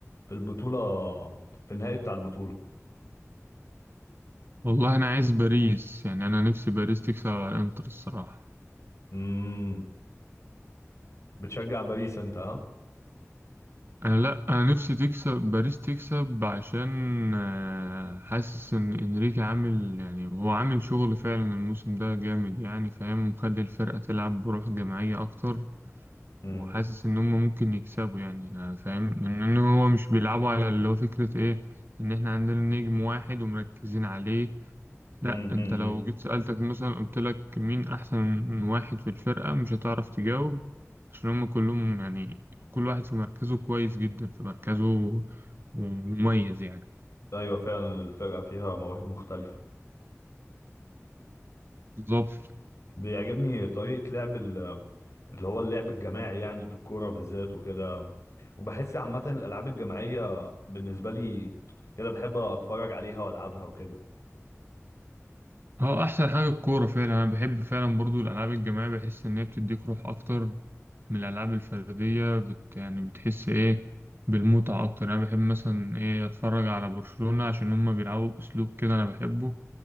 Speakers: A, on the left; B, on the right.
A: في البطولة في النهائي بتاع البطولة
B: والله انا عايز باريس يعني انا نفسي باريس تكسب على الانتر الصراحة
A: امم بتشجع باريس انت ها
B: انا لا انا نفسي تكسب باريس تكسب عشان آه، حاسس ان انريكي عامل يعني هو عامل شغل فعلا الموسم ده جامد يعني فاهم مخلي الفرقة تلعب بروح جماعية اكتر
A: امم
B: وحاسس ان هم ممكن يكسبوا يعني آه، فاهم ان إن هو مش بيلعبوا على اللي هو فكرة ايه ان احنا عندنا نجم واحد ومركزين عليه لا
A: امم
B: انت
A: امم
B: لو جيت سألتك مثلا قلت لك مين احسن واحد في الفرقة مش هتعرف تجاوب عشان هم كلهم يعني كل واحد في مركزه كويس جدا في مركزه ومميز يعني
A: ايوه فعلا الفرقة فيها مواهب مختلفة
B: بالظبط
A: بيعجبني طريقة لعب ال- اللي هو اللعب الجماعي يعني في الكورة بالذات وكده وبحس عامة الالعاب الجماعية بالنسبة لي كده بحب اتفرج عليها والعبها وكده
B: هو احسن حاجه الكوره فعلا انا بحب فعلا برضو الالعاب الجماعيه بحس ان هي بتديك روح اكتر من الالعاب الفرديه بت يعني بتحس ايه بالمتعه اكتر يعني انا بحب مثلا ايه اتفرج على برشلونه عشان هما بيلعبوا اسلوب كده انا بحبه